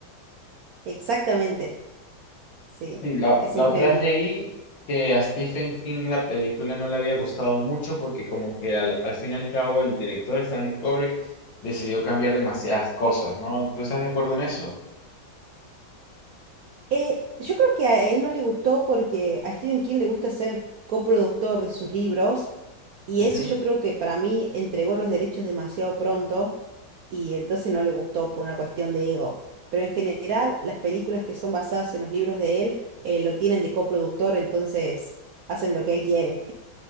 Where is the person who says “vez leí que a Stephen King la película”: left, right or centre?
Left